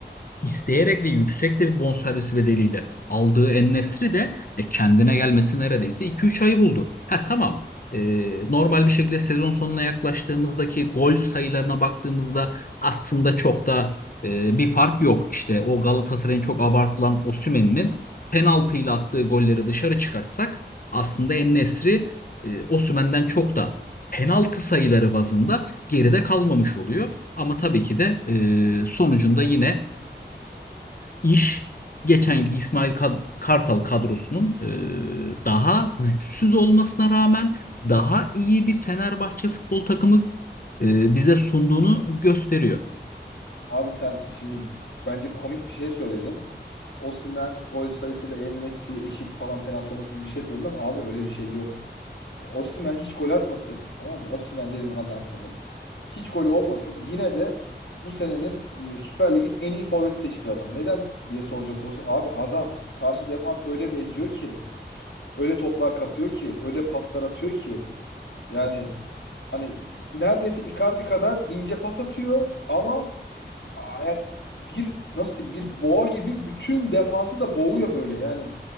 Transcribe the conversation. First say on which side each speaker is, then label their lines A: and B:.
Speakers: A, on the left (about 50°); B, on the left (about 80°).
A: isteyerek ve yüksek de bir bonservis bedeliyle aldığı En-Nesyri de e, kendine gelmesi neredeyse 2-3 ayı buldu. Ha tamam. E, normal bir şekilde sezon sonuna yaklaştığımızdaki gol sayılarına baktığımızda aslında çok da e, bir fark yok. İşte o Galatasaray'ın çok abartılan Osimhen'in penaltıyla attığı golleri dışarı çıkartsak aslında En-Nesyri e, Osimhen'den çok da penaltı sayıları bazında geride kalmamış oluyor. Ama tabii ki de e, sonucunda yine iş geçen yılki İsmail Kad- Kartal kadrosunun e, daha güçsüz olmasına rağmen daha iyi bir Fenerbahçe futbol takımı e, bize sunduğunu gösteriyor.
B: Abi sen şimdi bence komik bir şey söyledin. Osimhen gol sayısıyla En-Nesyri eşit falan penaltı olması gibi bir şey söyledin ama abi öyle bir şey yok. E, Osimhen hiç gol atmasın tamam mı? Osimhen dediğin adam senin. Hiç golü olmasın. Yine de bu senenin m, Süper Lig'in en iyi forveti seçilir adam. Neden diye soracak olursan abi adam karşı defans öyle bir eziyor ki. Öyle toplar kapıyor ki. Öyle paslar atıyor ki. Yani hani neredeyse Icardi kadar ince pas atıyor ama Aa, yani bir nasıl diyeyim bir boğa gibi bütün defansı da boğuyor böyle yani.